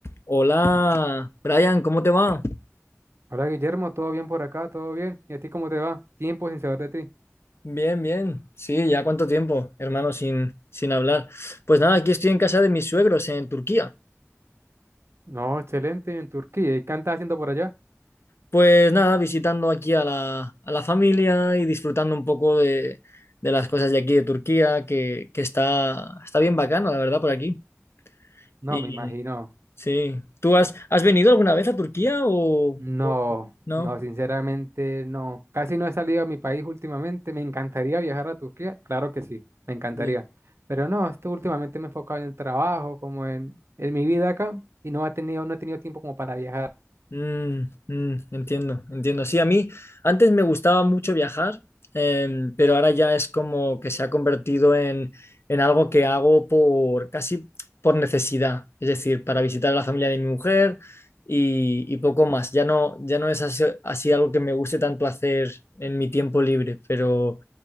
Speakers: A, on the left; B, on the right.
A: Hola, Brian, ¿cómo te va?
B: Hola Guillermo, ¿todo bien por acá? ¿Todo bien? ¿Y a ti cómo te va? Tiempo sin saber de ti.
A: Bien, bien. Sí, ya cuánto tiempo, hermano, sin, sin hablar. Pues nada, aquí estoy en casa de mis suegros en Turquía.
B: No, excelente, en Turquía. ¿Y qué andas haciendo por allá?
A: Pues nada, visitando aquí a la, a la familia y disfrutando un poco de, de las cosas de aquí de Turquía, que, que está, está bien bacano, la verdad, por aquí.
B: No,
A: Y
B: me imagino.
A: sí, ¿tú has, has venido alguna vez a Turquía o,
B: No,
A: o no?
B: no, sinceramente no. Casi no he salido a mi país últimamente. Me encantaría viajar a Turquía. Claro que sí, me encantaría.
A: Sí.
B: Pero no, esto últimamente me he enfocado en el trabajo, como en, en mi vida acá, y no ha tenido, no he tenido tiempo como para viajar.
A: Mm, mm, entiendo, entiendo. Sí, a mí antes me gustaba mucho viajar, em, pero ahora ya es como que se ha convertido en, en algo que hago por casi por necesidad, es decir, para visitar a la familia de mi mujer y, y poco más. Ya no, ya no es así, así algo que me guste tanto hacer en mi tiempo libre, pero,